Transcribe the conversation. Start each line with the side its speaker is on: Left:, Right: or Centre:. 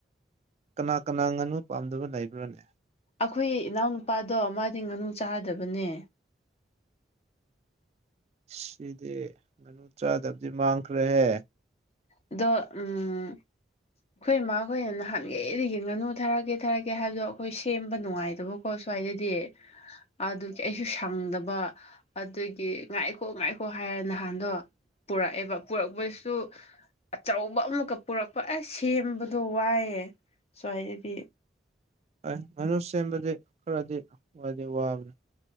Right: ꯀꯅꯥ ꯀꯅꯥ ꯉꯥꯅꯨ ꯄꯥꯝꯗꯕ ꯂꯩꯕ꯭ꯔꯥꯅꯦ
Left: ꯑꯩꯈꯣꯏ ꯏꯅꯥꯎꯅꯨꯄꯥꯗꯣ ꯃꯥꯗꯤ ꯉꯥꯅꯨ ꯆꯥꯗꯕꯅꯦ
Right: ꯁꯤꯗꯤ ꯉꯥꯅꯨ ꯆꯥꯗꯕꯗꯤ ꯃꯥꯡꯈ꯭ꯔꯦꯍꯦ
Left: ꯑꯗꯣ ꯎꯝ ꯑꯩꯈꯣꯏ ꯏꯃꯥ ꯑꯩꯈꯣꯏꯅ ꯅꯍꯥꯟꯈꯩꯗꯤ ꯌꯦꯡꯅꯅꯨ ꯊꯥꯛꯒꯦ ꯊꯥꯔꯛꯀꯦ ꯍꯥꯏꯕꯗꯣ ꯑꯩꯈꯣꯏ ꯁꯦꯝꯕ ꯅꯨꯡꯉꯥꯏꯗꯕ ꯍꯣꯏ ꯁ꯭ꯋꯥꯏꯗꯗꯤ ꯑꯗꯨꯒꯤ ꯑꯩꯁꯨ ꯁꯪꯗꯕ ꯑꯗꯨꯒꯤ ꯉꯥꯏꯈꯣ ꯉꯥꯏꯈꯣ ꯍꯥꯏꯔ ꯅꯍꯥꯟꯗꯣ ꯄꯨꯔꯛꯑꯦꯕ ꯄꯨꯔꯛꯄꯁꯨ ꯑꯆꯧꯕ ꯑꯃꯨꯛꯀ ꯄꯨꯔꯛꯄ ꯑꯁ ꯁꯦꯝꯕꯗꯣ ꯋꯥꯏꯑꯌꯦ ꯁꯨꯃꯥꯏꯅꯗꯤ
Right: ꯍꯣꯏ ꯉꯥꯅꯨ ꯁꯦꯝꯕꯗꯤ ꯈꯔꯗꯤꯗꯤ ꯋꯥꯕꯅꯤ